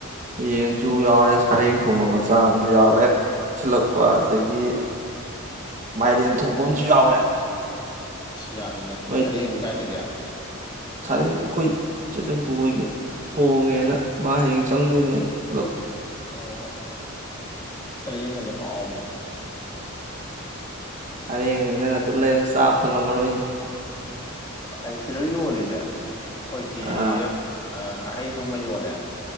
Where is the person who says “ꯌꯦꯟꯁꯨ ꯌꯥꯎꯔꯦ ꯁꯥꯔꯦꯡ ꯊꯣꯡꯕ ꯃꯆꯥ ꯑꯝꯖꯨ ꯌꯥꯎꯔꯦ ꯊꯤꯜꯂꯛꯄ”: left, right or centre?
Right